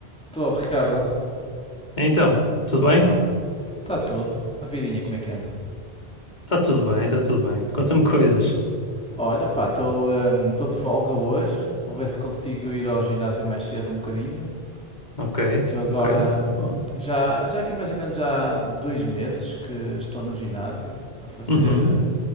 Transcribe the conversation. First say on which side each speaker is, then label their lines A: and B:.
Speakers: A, in the centre; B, on the left.
A: Estou, Ricardo.
B: Então, tudo
A: Então,
B: bem?
A: está tudo. A vidinha, como é que anda?
B: Tá tudo bem, tá tudo bem. Conta-me coisas.
A: Olha, pá, estou hum, tô de folga hoje. Vou ver se consigo ir ao ginásio mais cedo um bocadinho.
B: Ok,
A: Que eu agora,
B: ok.
A: hum,
B: Bom.
A: já, já aqui mais ou menos já há dois meses que estou no ginásio a fazer,
B: Uhum,
A: eh,